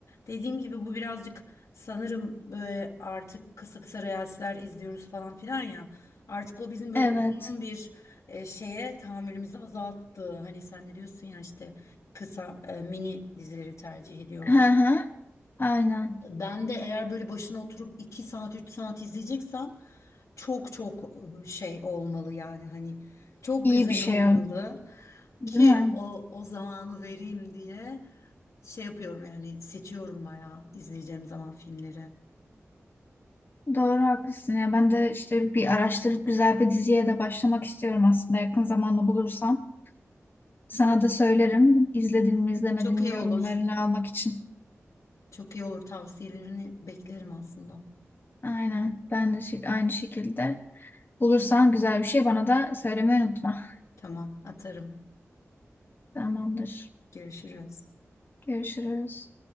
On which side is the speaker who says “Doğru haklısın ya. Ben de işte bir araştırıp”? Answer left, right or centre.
Left